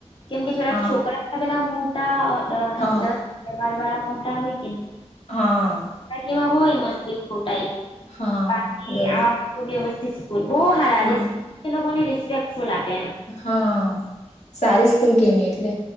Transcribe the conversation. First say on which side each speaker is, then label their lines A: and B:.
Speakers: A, on the left (about 50°); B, on the left (about 85°).
A: કેમકે જરાક
B: હા
A: છોકરા પેલા મોટા નવ
B: હા
A: દસ. અગિયાર બાર વાળા મોટા હોય કે ની.
B: હા.
A: થોડા કેવા હોય મસ્તીદ ખોટા ટાઈપ
B: હા
A: બાકી
B: બરોબર
A: આવા બાઈ બો વ્યવસ્થિત સ્કૂલ બોહ હારી
B: હા
A: લોકોને રિસ્પેક્ટફૂલ આપે એમ.
B: હા સારી સ્કૂલ કેની એટલે.